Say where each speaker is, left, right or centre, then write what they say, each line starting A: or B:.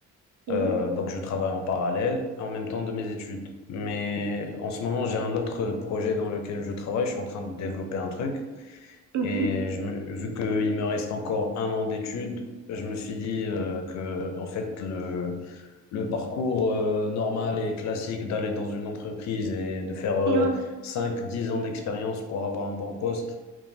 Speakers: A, on the right; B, on the left.
A: Oui.
B: Euh, donc je travaille en parallèle en même temps de mes études. Mais en ce moment, j'ai un autre projet dans lequel je travaille. Je suis en train de développer un truc.
A: Mhm.
B: Et je me- vu qu'il me reste encore un an d'études, je me suis dit euh, que en fait le, le parcours euh, normal et classique d'aller dans une entreprise et de faire euh,
A: Ouais,
B: 5-10 ans d'expérience pour avoir un bon poste,